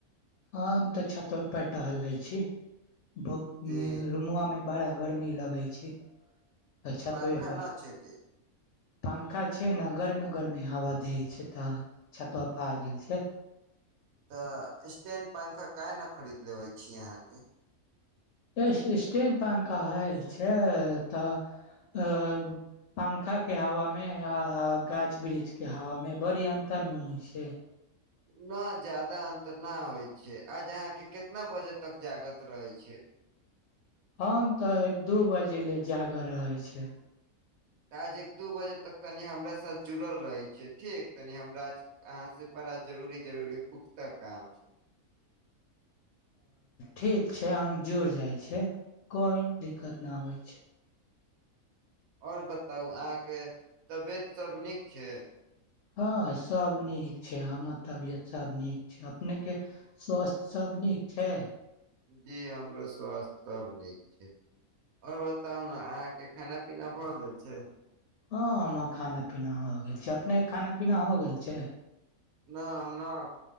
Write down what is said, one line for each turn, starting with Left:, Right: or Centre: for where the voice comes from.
Left: हँ तऽ छत प टहलै छी बहुत
Right: जी
Left: रुमुआ में बड़ा। गरमी लगै छै। तऽ छतवे
Right: पंखा
Left: पर
Right: न छै के।
Left: पंखा छै ने गरमे गर्मी हवा दै छै तऽ छतवाप आ गेल छै।
Right: तऽ स्टैंड पंखा क ने खरीद लेबै छी अहाँके।
Left: ए स्टैंड पंखा होइ छै तऽ पंखाके हवामे आ गाछ वृक्षके हवामे बड़ी अन्तर होइ छै।
Right: नहि जादा अन्तर नहि होइ छै आज अहाँके कितना बजे तक जागत रहै छै।
Left: हम तऽ एक दू बजे ले जागर रहै छै।
Right: आज एक दू बजे तक तनि हमरा साथ जुड़ल रहै छै ठीक तनि हमरा अहाँसे बड़ा जरूरी जरूरी पुख्ता काम छै।
Left: ठीक छै हम जुड़ि जाइ छै कोइ दिक्कत नहि होइ छै।
Right: आओर बताउ अहाँके तबियत सभ नीक छै।
Left: हँ सभ नीक छै हमर तबियत सभ नीक छै अपनेके स्वास्थ सभ नीक छै।
Right: जी हमरो स्वास्थ सभ नीक छै आओर बताउ ने अहाँके खाना पीना भऽ गेल छै।
Left: हँ खाना पीना हो गेल छै अपने खाना पीना हो गेल छै।
Right: न आ नख।